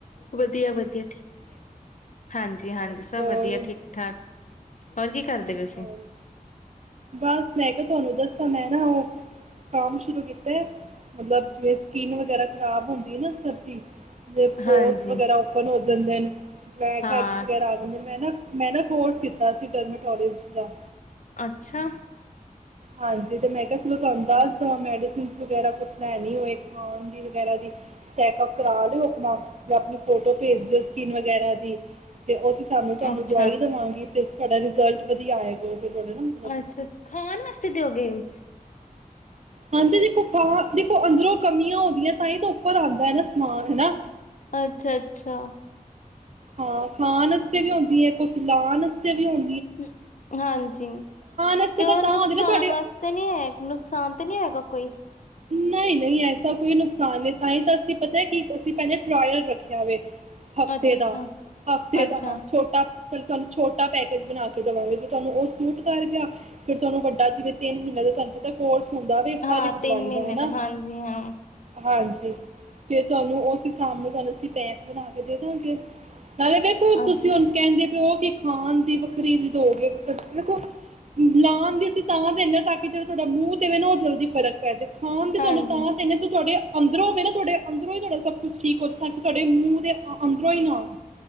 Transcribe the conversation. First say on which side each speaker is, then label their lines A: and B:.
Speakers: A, on the left; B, on the right.
A: ਵਧੀਆ- ਵਧੀਆ ਠੀਕ, ਹਾਂਜੀ-ਹਾਂਜੀ ਸਭ
B: ਹੋਰ
A: ਵਧੀਆ ਠੀਕ-ਠਾਕ। ਹੋਰ ਕੀ ਕਰਦੇ ਪਏ
B: ਹੋਰ
A: ਸੀ
B: ਬਸ ਮੈ ਤੁਹਾਨੂੰ ਦੱਸਾਂ ਮੈਂ ਨਾ ਉਹ ਕੰਮ ਸ਼ੁਰੂ ਕੀਤਾ। ਮਤਲਬ ਜਿਵੇਂ ਸਕਿੰਨ ਵਗੈਰਾ ਖ਼ਰਾਬ ਹੁੰਦੀ ਨਾ ਸਰਦੀ ਪੋਰਸ
A: ਹਾਂਜੀ
B: ਵਗੈਰਾ ਓਪਨ ਹੋ ਜਾਂਦੇ ਨੇ। ਬਲੇਕ
A: ਹਾਂ
B: ਹੈਡਸ ਵਗੈਰਾ ਆ ਜਾਂਦੇ ਮੈਂ ਨਾ ਮੈਂ ਨਾ ਕੋਰਸ ਕੀਤਾ ਸੀ, ਡਰਮਾਟੋਲੋਜੀ ਅੱਛਾ,
A: ਅੱਛਾ,
B: ਹਾਂਜੀ, ਤੇ ਮੈਂ ਕਿਹਾ ਚੋ ਤੁਹਾਨੂੰ ਦੱਸ ਮੈਡੀਸਨ ਵਗੈਰਾ ਕੁਛ ਲੈ ਹੋਏ ਖਾਣ ਦੀ ਵਗੈਰਾ ਦੀ ਚੈਕਪ ਕਰਾ ਲਓ, ਆਪਣਾ ਜਾਂ ਆਪਣੀ ਫੋਟੋ ਭੇਜ ਦਿਓ ਸਕੀਨ ਵਗੈਰਾ ਦੀ ਤੇ ਅਸੀਂ ਸਾਨੂੰ ਤੁਹਾਨੂੰ
A: ਅੱਛਾ
B: ਦਵਾਈ ਦੇਵਾਂਗੀ। ਅਤੇ ਤੁਹਾਡਾ ਰਿਜ਼ਲਟ ਵਧੀਆ ਆਏਗਾ। ਫਿਰ ਤੁਹਾਡਾ ਨਾ ਮਤਲਬ
A: ਅੱਛਾ-ਅੱਛਾ ਖਾਣ ਵਾਸਤੇ, ਦਿੰਦੇ ਹੋ,
B: ਹਾਂਜੀ, ਦੇਖੋ ਖਾਂ ਦੇਖੋ ਅੰਦਰੋਂ ਕਮੀਆਂ ਹੋਣਗੀਆਂ ਤਾਂ ਹੀ ਤਾਂ ਉੱਪਰ ਆਦਾ ਨਾ ਸਮਾਨ ਹਨਾ।
A: ਅੱਛਾ-ਅੱਛਾ,
B: ਹਾਂ, ਖਾਣ ਵਸਤੇ ਵੀ ਹੁੰਦੀ ਹੈ, ਕੁਛ ਲਾਣ- ਤੇ ਵੀ ਹੁੰ,
A: ਹ ਹਾਂਜੀ,
B: ਵਾਸਤੇ
A: ਤੇ
B: ਤਾਂ
A: ਉਹ
B: ਤਾਂ
A: ਨੁਕਸਾਨ
B: ਹੁੰਦੀ ਨਾ ਤੁਹਾਡੇ
A: ਵਾਸਤੇ ਨੀ ਹੈ, ਨੁਕਸਾਨ ਤਾਂ ਨੀ ਹੈਗਾ ਕੋਈ
B: ਨਹੀਂ-ਨਹੀਂ, ਐਸਾ ਕੋਈ ਨੁਕਸਾਨ ਨਹੀਂ ਤਾਂਹੀ ਤਾਂ ਅਸੀਂ ਪਤਾ ਕਿ ਅਸੀਂ ਟਰਾਇਲ ਰੱਖਿਆ ਵੇ ਹਫਤੇ
A: ਅੱਛਾ ਅੱਛਾ
B: ਦਾ ਹਫਤੇ
A: ਅੱਛਾ
B: ਦਾ ਹਾ ਛੋਟਾ, ਤੁਹਾਨੂੰ ਛੋਟਾ ਪੈਕੇਜ ਬਣਾ ਕੇ ਦੇਵਾਂਗੇ ਜੇ ਤੁਹਾਨੂੰ ਉਹ ਸੂਟ ਕਰ ਗਿਆ ਫ਼ਿਰ ਤੁਹਾਨੂੰ ਵੱਡਾ ਜਿਵੇਂ ਤਿੰਨ ਮਹੀਨੇ ਦਾ ਤੁਹਾਨੂੰ ਪਤਾ ਕੋਰਸ ਹੁੰਦਾ ਵੀ
A: ਹਾਂ
B: ਹਰ ਇੱਕ ਦਵਾਈ
A: ਤਿੰਨ ਮਹੀਨੇ
B: ਹਨਾ
A: ਦਾ ਹਾਂਜੀ ਹਾਂ
B: ਹਾਂਜੀ ਤੇ ਤੁਹਾਨੂੰ ਉਸ ਹਿਸਾਬ ਨਾਲ ਤੁਹਾਨੂੰ ਅਸੀਂ ਪੈਂਕ ਬਣਾ ਕੇ ਦੇ ਦਾਂਗੇ ਦੇਖੋ
A: ਅੱਛਾ
B: ਤੁਸੀਂ ਹੁਣ ਕਹਿੰਦੇ ਪਿਓ ਖਾਣ ਦੀ ਵ ਖਰੀਦੋ ਗ ਦੇੋ ਲਾਉਣ ਦੀ ਅਸੀਂ ਤਾਂਹ ਦਿੰਦੇ ਹਾਂ ਤਾਂ ਕਿ ਜਿਹੜਾ ਤੁਹਾਡਾ ਮੂੰਹ ਤੇਵੇ ਨਾ ਉਹ ਜਲਦੀ ਫਰਕ ਕ ਖਾਣ ਦੀ ਤੁਹਾਨੂੰ
A: ਹਾਂਜੀ
B: ਤਾਂ ਤੇਨ ਤੁਹਾਡੇ ਅੰਦਰੋਂ ਹੋ ਗਵੇ ਨਾ ਤੁਹਾਡੇ ਅੰਦਰੋਂ ਤੁਹਾਾ ਸਭ ਕੁਛ ਠੀਕ ਹੋਵੇ ਤਾਂ ਕਿ ਤੁਹਾਡੇ ਮੂੰਹ ਦੇ ਅੰਦਰੋਂ ਹੀ ਨਾ ਆ